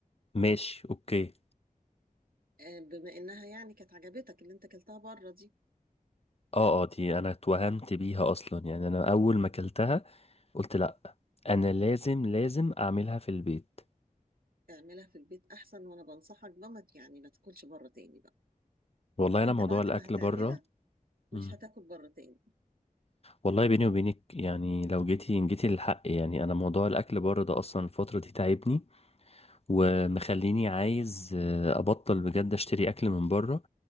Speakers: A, on the left; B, on the right.
A: ماشي اوكي
B: آه بما انها يعني كانت عجبتك اللي انت اكلتها بره دي
A: اه اه دي انا اتوهمت بيها اصلا يعني انا اول ما اكلتها قلت لا انا لازم لازم اعملها في البيت
B: اعملها في البيت احسن وانا بنصحك بمت يعني ما تاكلش بره تاني بقى
A: والله انا
B: انت
A: موضوع
B: بعد
A: الاكل
B: ما هتعملها
A: بره مم.
B: مش هتاكل بره تاني
A: والله بيني وبينك يعني لو جيتي جيتي للحق يعني انا موضوع الاكل بره ده اصلا الفتره دي تعبني ومخليني عايز آه، ابطل بجد اشتري اكل من بره